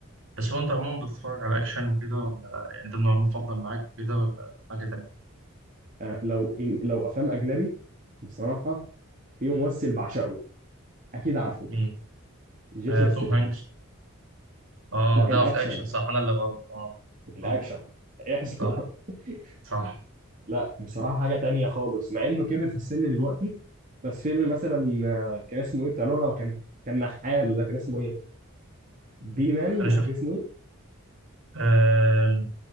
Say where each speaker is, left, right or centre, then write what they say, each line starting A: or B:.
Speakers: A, on the right; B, on the right.
A: بس هو انت عموما بتتفرج على اكشن وكده ولا يعني ده النوع المفضل معاك وكده ولا حاجه تانية
B: أه لو إن لو افلام اجنبي بصراحه في ممثل بعشقه اكيد عارفه
A: مين
B: جيسون
A: آه توم
B: ستيتن
A: هانكس اه
B: لا
A: ده
B: الاكشن
A: في الاكشن صح انا اللي غلط اه
B: الاكشن
A: اه
B: احسن
A: صح
B: <laughs>
A: صح
B: لا بصراحة حاجة تانية خالص مع انه كبر في السن دلوقتي بس فيلم مثلا آه، كان اسمه ايه بتاع لولا كان كان نحال ده كان اسمه ايه بي مان
A: انا
B: ولا
A: شفت
B: كان اسمه ايه
A: آه